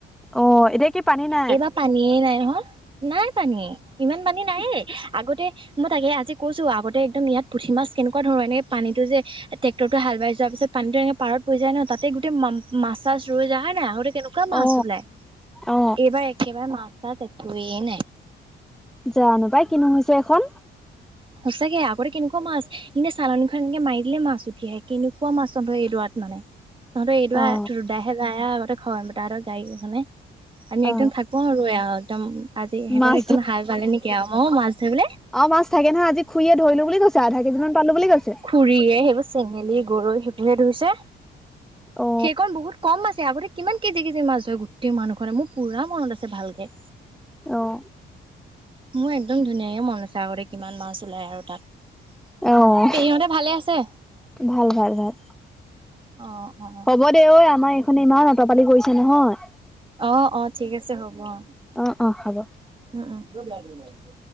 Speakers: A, in the centre; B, on the right.
A: অ এতিয়া কি পানী নাই?
B: এইবাৰ পানীয়ে নাই নহয়, নাই পানী ইমান পানী নাইয়েই আগতে মই তাকে আজি কৈছো আগতে একদম ইয়াত পুঠি মাছ কেনেকুৱা ধৰো এনেকে পানীটো যে, টেক্টৰ টোৱে হাল বাই যোৱাৰ পিছত পানীটো এনেকে পাৰত পৰি যায় ন তাতে গোটেই মা মাছ‌ চাছ ৰৈ যায় হয় নাই আহোতে কেনেক, কোৱা মাছ
A: অ
B: ওলাই,
A: অ
B: এইবাৰ একেবাৰে মাছ চাছ একোৱে নাই।
A: জানো পাই কিনো হৈছে এইখন।
B: সঁচাকে আগতে কেনেকুৱা মাছ এনে চালনীখন এনেকে মাৰি দিলে মাছ উঠি আহে কেনেকুৱা মাছ তহঁতৰ এইডৰাত মানে।
A: <inaudible>
B: তহঁতে এইদৰা
A: অ
B: ৰুদদাহে যায়ে আৰু তই খৰ তাহতৰ গাডীকেইখনে আমি একদম
A: অ।
B: থাক, কো আৰু এয়া একদম আজি সিহঁতৰ
A: মাছ
B: সেইকণ হাল বালে নেকি আৰু ময়ো মাছ ধৰিবলে।
A: অ মাছ থাকে নহয় আজি খুৰীয়ে ধৰিলো বুলি কৈছে আধা কেজিমান পালো বুলি কৈছে।
B: খুৰিয়ে সেইবোৰ চেঙেলী গৰৈ সেইবোৰহে ধৰিছে।
A: অ
B: সেইকণ বহুত কম আছে, আগতে কিমান কেজি কেজি মাছ ধৰে গোটেই মানুহখনে মোৰ পুৰা মনত আছে ভালকে।
A: অঁ
B: মোৰ একদম ধুনীয়াকে মনত আছে আগতে কিমান মাছ ওলাই আৰু তাত।
A: অ',
B: পেহিহতে ভালে আছে?
A: ভাল ভাল ভাল
B: অ অ
A: হ'ব দে ঐ আমাৰ এইখনে ইমান অত পালি কৰিছে। নহয়।
B: অ অ ঠিক আছে হ'ব অ।
A: অ অ হ'ব।
B: উম উম।